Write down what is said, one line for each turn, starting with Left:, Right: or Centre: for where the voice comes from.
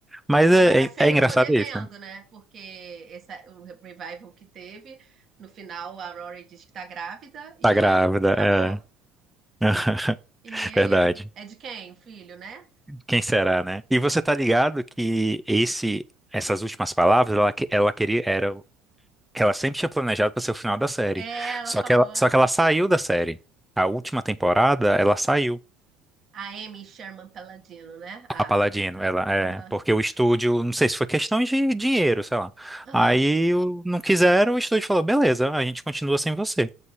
Centre: Mas
Right: Agora
Centre: é,
Right: a
Centre: é,
Right: série
Centre: é engraçado
Right: ficou devendo,
Centre: isso, né?
Right: né? Porque esse, é o revival que teve, no final a Rory diz que tá grávida e
Centre: Tá grávida,
Right: acabou.
Centre: é. <laughs>
Right: E
Centre: Verdade.
Right: aí? É de quem? O filho, né?
Centre: Quem será, né? E você tá ligado que esse, essas últimas palavras, ela, que- ela queria, era o que ela sempre tinha planejado para ser o final da série.
Right: É, ela
Centre: Só
Right: falou.
Centre: que ela, só que ela saiu da série. A última temporada, ela saiu.
Right: A Amy Sherman Palladino, né? A,
Centre: A Paladino, ela é,
Right: aham,
Centre: porque o estúdio, não sei se foi questão de dinheiro, sei lá.
Right: aham.
Centre: Aí o- não quiseram, o estúdio falou, beleza, a gente continua sem você.